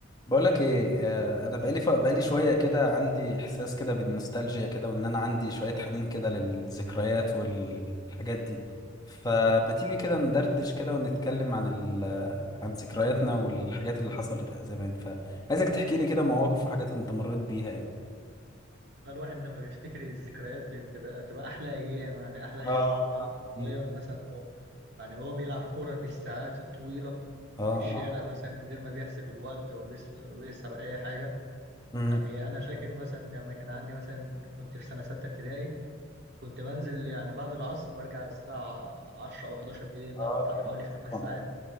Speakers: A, on the left; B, on the right.
A: بقول لك ايه آه، انا بقالي ف... بقالي شويه كده عندي احساس كده بالنوستالجيا كده وان انا عندي شويه حنين كده للذكريات والحاجات دي فما تيجي كده ندردش كده ونتكلم عن ال... عن ذكرياتنا والحاجات اللي حصلت زمان فعايزك تحكي لي كده مواقف وحاجات انت مريت بيها يعني
B: الواحد لما بيفتكر الذكريات بتبقى بتبقى احلى ايام يعني احلى ايام
A: اه
B: واحد
A: إيه؟
B: صغير مثلا هو يعني هو بيلعب كرة بالساعات الطويلة
A: اه
B: في الشارع
A: اه
B: مثلا من غير ما بيحسب الوقت وبيس- وبيحسب اي حاجة
A: امم
B: يعني انا فاكر مثلا لما كان عندي مثلا كنت في سنة ستة ابتدائي كنت بنزل يعني بعد العصر برجع الساعة 10 او 11 بالليل بقعد
A: اه
B: بتاع حوالي خمس
A: طبعا
B: ساعات